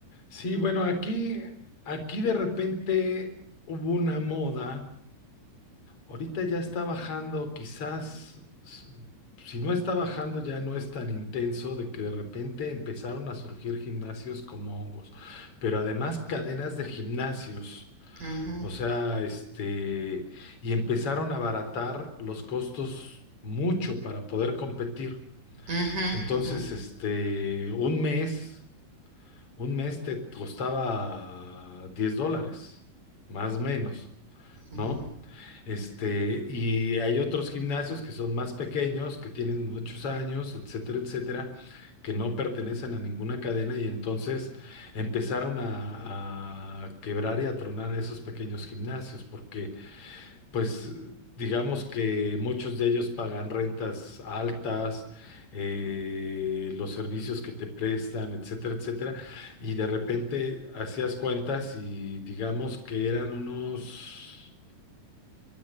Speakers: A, on the left; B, on the right.
A: Sí, bueno, aquí, aquí de repente hubo una moda. Ahorita ya está bajando, quizás, s- si no está bajando, ya no es tan intenso de que de repente empezaron a surgir gimnasios como hongos, pero además cadenas de gimnasios.
B: Ujú,
A: O sea, este, y empezaron a abaratar los costos mucho para poder competir.
B: ujú,
A: Entonces,
B: ujú,
A: este, un mes. Un mes te costaba 10 dólares, más o menos,
B: ujú.
A: ¿no? Este, y hay otros gimnasios que son más pequeños, que tienen muchos años, etcétera, etcétera, que no pertenecen a ninguna cadena y entonces empezaron a, a quebrar y a tronar esos pequeños gimnasios porque pues digamos que muchos de ellos pagan rentas altas, eh, los servicios que te prestan, etcétera, etcétera. Y de repente hacías cuentas y digamos que eran unos,